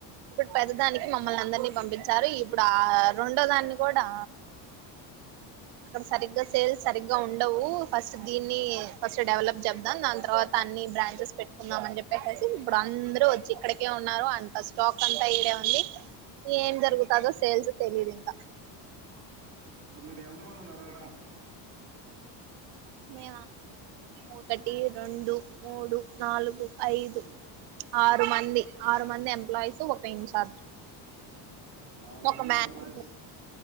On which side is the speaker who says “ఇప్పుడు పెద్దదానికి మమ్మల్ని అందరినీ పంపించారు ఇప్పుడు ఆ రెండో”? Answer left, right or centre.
Right